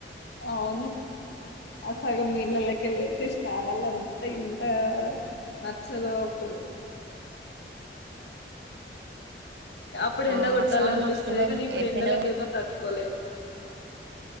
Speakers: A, on the left; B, on the right.
A: అవును ఆ సగం నీళ్లలో కెళ్ళి వచ్చేసిన ల్లను ఇత్తాయి ఇంత నచ్చదు అప్పుడు అప్పుడు
B: ఆ
A: ఎండ కొట్టాల
B: వర్షాలు
A: అనిపిస్తుది
B: మస్తు ఇబ్బంది
A: కానీ ఇప్పుడు
B: ఎండ
A: ఎండలకు ఏమో తట్టుకోలేము